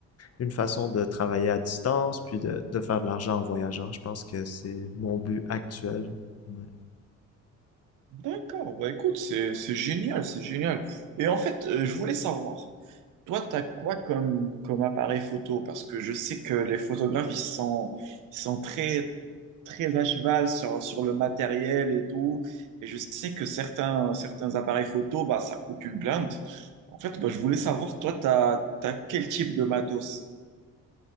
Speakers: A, on the left; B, on the right.
A: une façon de travailler à distance, puis de, de faire de l'argent en voyageant. Je pense que c'est mon but actuel. Ouais.
B: d'accord. Bah écoute, c'est, c'est génial, c'est génial. Et en fait, euh, je voulais savoir, Toi, t'as quoi comme, comme appareil photo? Parce que je sais que les photographes, ils sont, ils sont très, très à cheval sur, sur le matériel et tout. Et je sais que certains, certains appareils photo, bah, ça coûte une blinde. En fait, bah, je voulais savoir, toi, t'as, t'as quel type de matos?